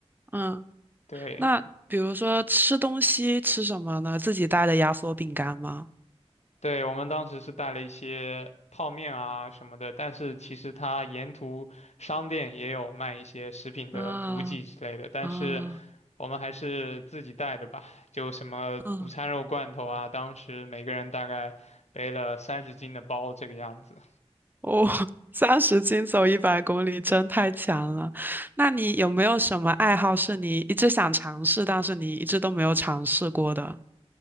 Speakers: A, on the right; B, on the left.
A: 嗯，
B: 对。
A: 那比如说吃东西吃什么呢？自己带的压缩饼干吗？
B: 对，我们当时是带了一些泡面啊什么的，但是其实它沿途商店也有卖一些食品的补给之类的，
A: 啊
B: 但是
A: 啊
B: 我们还是自己带的吧，就什么午餐肉罐头啊，
A: 嗯。
B: 当时每个人大概背了三十斤的包这个样子。
A: <laughs> 哦，三十斤走一百公里真太强了。那你有没有什么爱好是你一直想尝试，但是你一直都没有尝试过的？